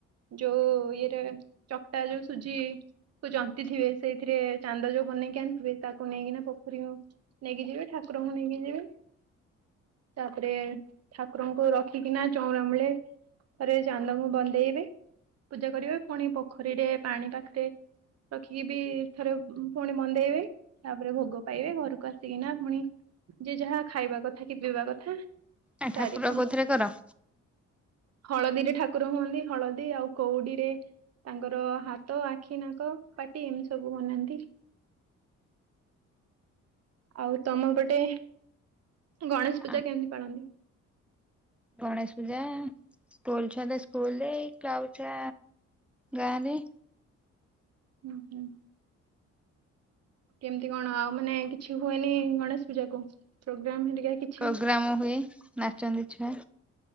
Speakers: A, on the right (about 55°); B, in the centre.
A: ଯୋଉ ଇଏରେ ଚକଟା ଯୋଉ ସୁଜି ଜନ୍ତି ଥିବେ ସେଇଥିରେ ଚାନ୍ଦ ଯୋଉ ବନେଇକି ଆଣିଥିବେ ତାକୁ ନେଇକିନା ପୋଖରୀ ନେଇକି ଯିବେ ଠାକୁରଙ୍କୁ ନେଇକି ଯିବେ ତାପରେ ଠାକୁରଙ୍କୁ ରଖିକିନା ଚଉଁରା ମୂଳେ ଥରେ ଚାନ୍ଦଙ୍କୁ ବନ୍ଦେଇବେ ପୂଜା କରିବେ ପୁଣି ପୋଖରୀରେ ପାଣି ପାଖରେ ରଖିକି ବି ଥରେ ପୁଣି ବନ୍ଦେଇବେ ତାପରେ ଭୋଗ ପାଇବେ ଘରକୁ ଆସିକିନା ପୁଣି ଯେ ଯାହା ଖାଇବା କଥା କି ପିଇବା କଥା ସାରିବେ
B: ଆ ଠାକୁର
A: ଆଉ।
B: କୋଉଥିରେ କର?
A: ହଳଦୀରେ ଠାକୁର ହୁଅନ୍ତି। ହଳଦୀ ଆଉ କୋଉଡ଼ିରେ ତାଙ୍କର ହାଟ, ଆଖି, ନାକ, ପାଟି ଏମିତି ସବୁ ବନାନ୍ତି। ଆଉ ତମ ପଟେ ଗଣେଶ
B: ଆ
A: ପୂଜା କେମିତି ପାଳନ୍ତି।
B: ଗଣେଶ ପୂଜା ସ୍କୁଲ ଛୁଆ ତ ସ୍କୁଲରେ କାଉ ଛୁଆ ଗାଁରେ
A: ହୁଁ ହୁଁ କେମିତି କଣ ଆଉ ମାନେ କିଛି ହୁଏନି ଗଣେଶ ପୂଜାକୁ ପ୍ରୋଗ୍ରାମ ହେରିକା କି
B: ପ୍ରୋଗ୍ରାମ ହୁଏ ନାଚନ୍ତି ଛୁଆ